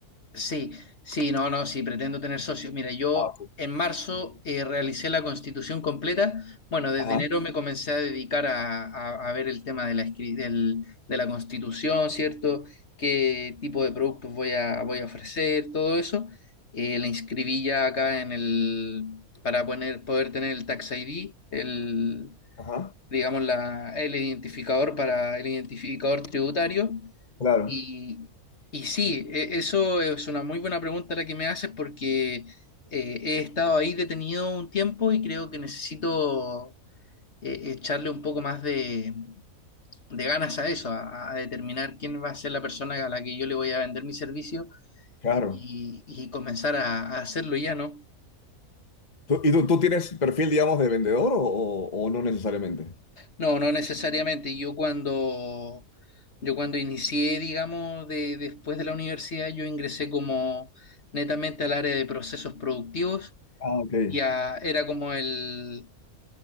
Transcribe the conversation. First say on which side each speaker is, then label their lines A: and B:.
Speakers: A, on the left; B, on the left.
A: sí, sí, no, no, sí, pretendo tener socios. Mira, yo
B: Ah, ok.
A: en marzo eh, realicé la constitución completa. Bueno, desde
B: Ajá,
A: enero me comencé a dedicar a, a- a ver el tema de la, escri- del- de la constitución, ¿cierto? ¿Qué tipo de productos voy a, voy a ofrecer? Todo eso. Eh, la inscribí ya acá en el, para poner, poder tener el Tax ID,
B: ajá,
A: digamos, la, el identificador para el identificador tributario.
B: claro,
A: Y, y sí, e- eso es una muy buena pregunta la que me haces porque eh, he estado ahí detenido un tiempo y creo que necesito eh, echarle un poco más de, de ganas a eso, a, a determinar quién va a ser la persona a la que yo le voy a vender mi servicio
B: claro.
A: y, y comenzar a, a hacerlo ya, ¿no?
B: ¿Tú- ¿Y tú, tú tienes perfil, digamos, de vendedor o, o- o no necesariamente?
A: No, no necesariamente. Yo cuando, yo cuando inicié, digamos, de, después de la universidad, yo ingresé como netamente al área de procesos productivos.
B: Ah, ok.
A: Ya era como el,